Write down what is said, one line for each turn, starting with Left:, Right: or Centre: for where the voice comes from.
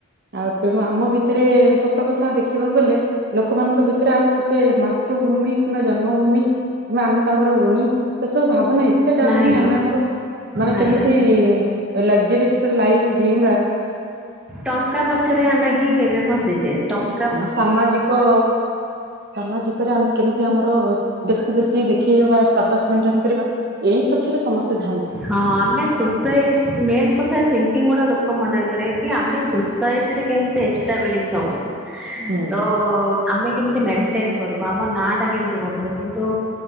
Right: ଆଉ ତେଣୁ ଆମ ଭିତରେ ସ ସତ କଥା ଦେଖିବାକୁ ଗଲେ ଲୋକମାନଙ୍କ ଭିତରେ ଆଉ ସେତେ ମାତୃଭୂମି କିମ୍ବା ଜନ୍ମଭୂମି ଆମେ ତାଙ୍କର ଋଣୀ ସେ ସବୁ ଭାବନାହିଁ। ସେଟା
Centre: ନାଇଁ
Right: ଆ ଶୁନି ଆମେ ଆମର ମାନେ
Centre: ନାଇଁ
Right: କେମିତି
Centre: ଆସୁନି।
Right: ଲଗ୍ଜରିୟସ୍ ଲାଇଫ୍ ଯିଁବା।
Centre: ଟଙ୍କା ପଛରେ ଆମେ ହିଁ ଏବେ ଫସିଛେ ଟଂ
Right: ହଁ ସାମାଜିକ ସାମାଜିକରେ ଆମେ କେମିତି ଆମର ବେଶୀ ବେଶୀ ଦେଖେଇ ହବା ସ୍ଟାଟସ୍ ମେଟଣ୍ଟେନ୍ କରିବା। ଏଇ ପଛରେ ସମସ୍ତେ ଧାଇଁଛନ୍ତି।
Centre: ହଁ ଆମେ ସୋସାଇ ମେନ୍ କଥା ଥିଙ୍କିଙ୍ଗ୍ ଗୁଡା ଲୋକ ମନେ ଭିତରେ କି ଆମେ ଶୁ ସୁସାଇଟିରେ କେମତି ଏଷ୍ଟାବ୍ଲିଶ୍ ହବୁ
Right: ହୁଁ।
Centre: ତ ଆମେ କେମିତି ମେଣ୍ଟେନ୍ କରିବୁ ଆମ ନା ଟା କେମିତି ବଢିବ କିନ୍ତୁ